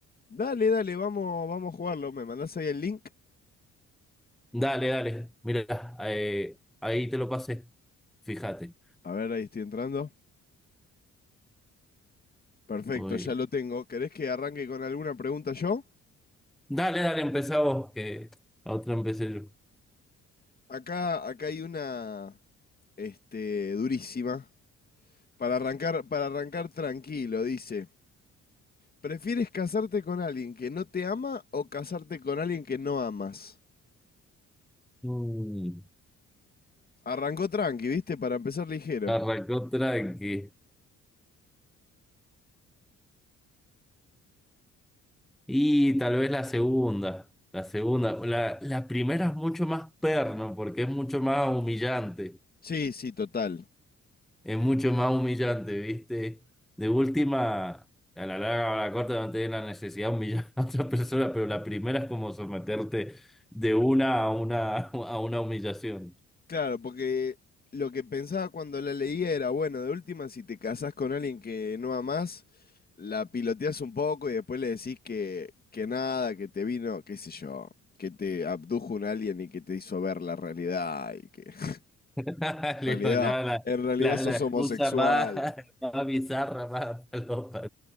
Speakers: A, on the left; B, in the centre.
A: Dale, dale, vamos, vamos a jugarlo. ¿Me mandás ahí el link?
B: Dale, dale, mirá, eh, ahí te lo pasé, fíjate.
A: A ver, ahí estoy entrando. Perfecto,
B: Muy
A: ya
B: bien.
A: lo tengo. ¿Querés que arranque con alguna pregunta yo?
B: Dale, dale, empezá vos, que la otra empecé yo.
A: Acá, acá hay una, este, durísima. Para arrancar, para arrancar tranquilo, dice. ¿Prefieres casarte con alguien que no te ama o casarte con alguien que no amas?
B: Mm,
A: Arrancó tranqui, ¿viste? Para empezar ligero.
B: arrancó tranqui. Y tal vez la segunda, la segunda, la, la primera es mucho más perno, porque es mucho más humillante.
A: Sí, sí, total.
B: Es mucho más humillante, ¿viste? De última, a la larga o a la corta no tenés la necesidad de humillar a otra persona, pero la primera es como someterte de una a una a una humillación.
A: Claro, porque lo que pensaba cuando la leía era, bueno, de última, si te casás con alguien que no amás, la piloteás un poco y después le decís que, que nada, que te vino, qué sé yo, que te abdujo un alien y que te hizo ver la realidad y que <laughs>
B: <laughs>
A: en realidad,
B: Leo, la,
A: en realidad
B: la,
A: sos
B: la excusa
A: homosexual.
B: más, más bizarra, más palopa.